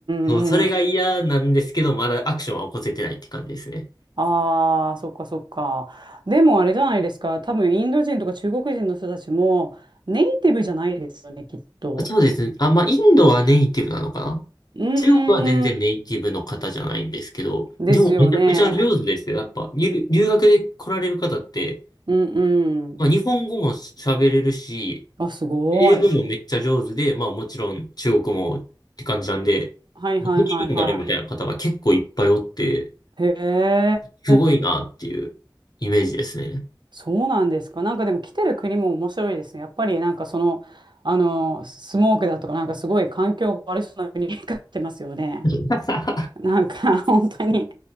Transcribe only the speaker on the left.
そうそれが嫌なんですけど、
まだアクションは起こせてないって感じですね。
そうですね。あ、まあ、インドはネイティブなのかな
中国は全然ネイティブの方じゃないんですけど、
でもめちゃくちゃ上手ですよ。やっぱ、ゆ留学で来られる方って、
まあ、日本語も喋れるし、
英語もめっちゃ上手で、まあもちろん中国もって感じなんで、
まあトリリンガルみたいな方が結構いっぱいおって、
すごいなっていうイメージですね。
<laughs>